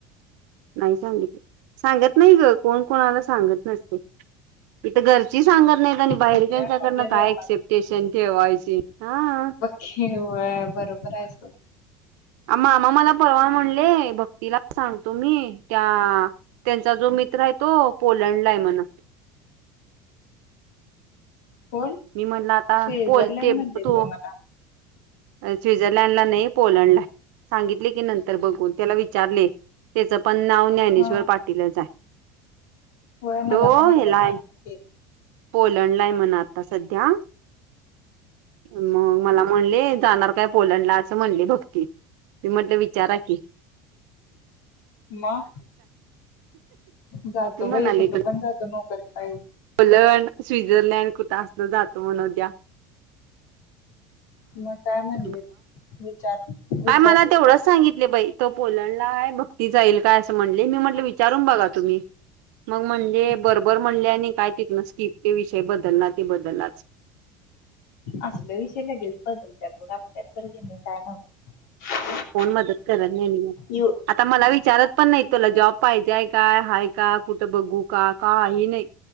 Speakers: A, on the right; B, on the left.
A: नाय सांगितल. सांगत नाही ग कोण कोणाला सांगत नसते इथ घरची सांगत नाहीत आणि बाहेरच्याच्याकडनं
B: सगळी आपापल्या व्यापात
A: काय ऐकशील स्टेशन के वाय सी. हा
B: केेव बरोबर आहेस
A: मामा मला परवा म्हणले भक्तीला सांगतो मी त्या त्यांचा जो मित्र आहे तो पोलंडला आहे म्हण
B: कोण?
A: मी म्हणल आता
B: स्वित्झर्लंड
A: बोल ते
B: म्हणलीत
A: तू
B: ब मला.
A: स्वित्झर्लंड ला नाही पोलंडला हाय. सांगितलय की नंतर बघून त्याला विचारले त्याच पण नाव ज्ञानेश्वर
B: हा
A: पाटीलच आहे
B: होय मला
A: तो
B: पण एकदा
A: ह्याला
B: सांगालती.
A: हाय पोलंड ला आहे म्हणा आता सध्या मग मला म्हणले जाणार काय पोलंडला असं म्हणले भक्ती मी म्हटलं विचारा कि
B: म जातो
A: ती म्हणाली
B: बाई कुठं पण जातो नोकरी पायी
A: पोलंड, स्वित्झर्लंड कुठं असत जातो म्हण उद्या <unintelligible>
B: मग काय म्हणलेत विचार विचारलेत
A: काय मला तेवढंच सांगितले बाई तो पोलंडला हाय भक्ती जाईल काय असं म्हणले मी म्हटलं विचारून बघा तुम्ही मग म्हणले
B: काय
A: बरोबर म्हणले आणि काय तिथूनस कि ते विषय बदलला ते बदललाच
B: असला विषय लगेच बदलत आपल्यात तर त्यांनी <unintelligible>
A: कोण मदत करत नाही म
B: येऊ
A: आता मला विचारत पण नाही तुला जॉब पाहिजेय काय हाय का कुठं बघू का काही नाही